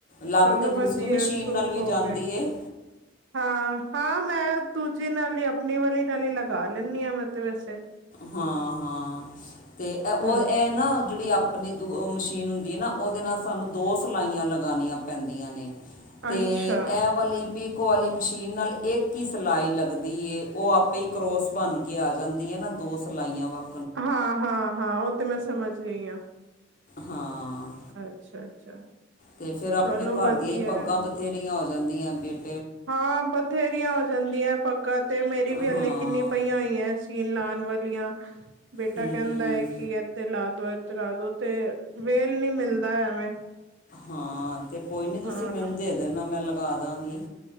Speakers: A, on the left (about 45°); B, on the right (about 75°).
A: ਲੱਗ
B: ਚਲੋ
A: ਤਾਂ ਦੂਸਰੀ
B: ਵਧੀਆ
A: ਮਸ਼ੀਨ
B: ਸੁੱਖ
A: ਨਾਲ ਵੀ
B: ਹੋ
A: ਜਾਂਦੀ
B: ਗਏ
A: ਏ।
B: ਹਾਂ, ਹਾਂ ਮੈਂ ਦੂਜੀ ਨਾਲ ਹੀ, ਆਪਣੀ ਵਾਲੀ ਨਾਲ ਹੀ ਲਗਾ ਲੈਂਦੀ ਹਾਂ। ਮੈਂ ਤੇ ਵੈਸੇ
A: ਹਾਂ, ਹਾਂ ਤੇ ਉਹ
B: ਹਮ
A: ਇਹ ਨਾ ਜਿਹੜੀ ਆਪ ਆਪਣੀ ਦ ਉਹ ਮਸ਼ੀਨ ਹੁੰਦੀ ਹੈ ਨਾ, ਉਹਦੇ ਨਾਲ ਸਾਨੂੰ ਦੋ ਸਿਲਾਈਆਂ ਲਗਾਉਣੀਆਂ ਪੈਂਦੀਆਂ ਨੇ। ਤੇ
B: ਅੱਛਾ
A: ਇਹ ਵਾਲੀ ਪੀਕੋ ਵਾਲੀ ਮਸ਼ੀਨ ਨਾਲ, ਇੱਕ ਹੀ ਸਿਲਾਈ ਲੱਗਦੀ। ਉਹ ਆਪੇ ਹੀ ਕਰੋਸ ਬਣ ਕੇ ਆ ਜਾਂਦੀ ਹੈ ਨਾ। ਦੋ ਸਿਲਾਈਆਂ ਵਕ
B: ਹਾਂ- ਹਾਂ, ਹਾਂ ਉਹ ਤੇ ਮੈਂ ਸਮਝ ਗਈ ਹਾਂ।
A: ਹਾਂ,
B: ਅੱਛਾ ਅੱਛਾ
A: ਤੇ ਫੇਰ ਆਪਣੇ
B: ਚਲੋ
A: ਘਰ
B: ਵਧੀਆ
A: ਦੀਆਂ ਹੀ ਪੱਗਾਂ ਬ ਬਥੇਰੀਆਂ ਹੋ ਜਾਂਦੀਆਂ ਬੇਟ।
B: ਹਾਂ ਬਥੇਰੀਆਂ ਹੋ ਜਾਂਦੀਆਂ ਪੱਗਾਂ, ਤੇ ਮੇਰੀ ਵੀ ਹਲੇ
A: ਹਾਂ
B: ਕਿੰਨੀ ਪਈਆਂ ਹੋਈਆਂ ਹੈਂ। ਸੀਨ ਲਾਉਣ ਵਾਲੀਆਂ ਬੇਟਾ
A: ਹੂੰ
B: ਕਹਿੰਦਾ ਹੈ, ਕਿ ਤੇ ਲਾ ਦੋ ਇਥੇ ਲਾ ਦੋ ਤੇ ਵੇਲ ਨੀ ਮਿਲਦਾ। ਐਵੇਂ
A: ਹਾਂ ਤੇ ਕੋਈ ਨਹੀਂ, ਤੁਸੀਂ
B: ਹਾਂ
A: ਮੈਨੂ ਦੇਣਾ। ਮੈਂ ਲਗਾ ਦਵਾਂਗੀ।